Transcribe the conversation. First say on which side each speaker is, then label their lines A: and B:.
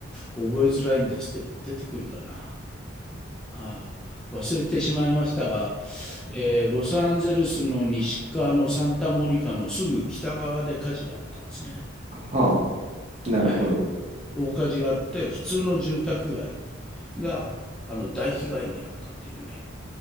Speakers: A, in the centre; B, on the right.
A: 覚えづらいんですけど、出てくるかな。ああ、忘れてしまいましたが、えーロサンゼルスの西側のサンタモニカのすぐ北側で火事があったんですね。
B: ああ、なるほど。
A: はい、大火事があって、普通の住宅街が、あの、大被害に遭ったっていうね。